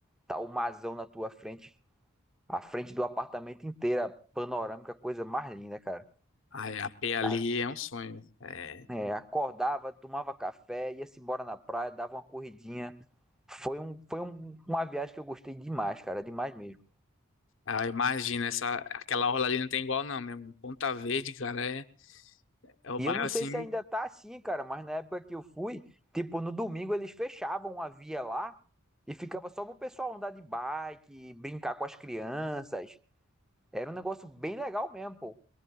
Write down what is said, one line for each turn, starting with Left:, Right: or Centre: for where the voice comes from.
Centre: tá o marzão na tua frente. A frente do apartamento inteira, panorâmica, coisa mais linda, cara.
Left: Ai, a P ali
Centre: A-
Left: é um sonho. É.
Centre: é, acordava, tomava café, ia-se embora na praia, dava uma corridinha. Foi, um, foi um- uma viagem que eu gostei demais, cara, demais mesmo.
Left: Ah, imagina, essa, aquela orla ali não tem igual, não mesmo. Ponta Verde, cara, é, é o
Centre: E
Left: bairro
Centre: eu não
Left: assim.
Centre: sei se ainda tá assim, cara, mas na época que eu fui, tipo, no domingo eles fechavam a via lá e ficava só pro pessoal andar de bike, brincar com as crianças. Era um negócio bem legal mesmo, pô.